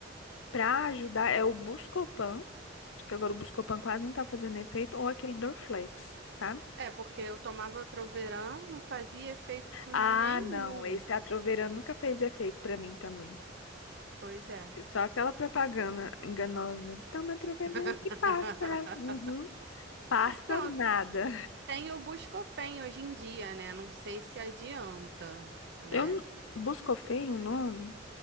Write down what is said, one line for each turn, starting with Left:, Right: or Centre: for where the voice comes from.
Left: pra ajudar é o Buscopan. Só que agora o Buscopan quase não tá fazendo efeito, ou aquele Dorflex, sabe?
Right: É, porque eu tomava Troveran, não fazia efeito
Left: Ah,
Right: nenhum.
Left: não, esse Atroverã nunca fez efeito pra mim também.
Right: Pois é.
Left: Só aquela propaganda enganosa. Toma Atroverã
Right: <laughs>
Left: que passa. Uhum. Passa
Right: Não,
Left: nada.
Right: Tem o Buscofem hoje em dia, né? Não sei se adianta, né?
Left: Eu n- Buscofem, o nome?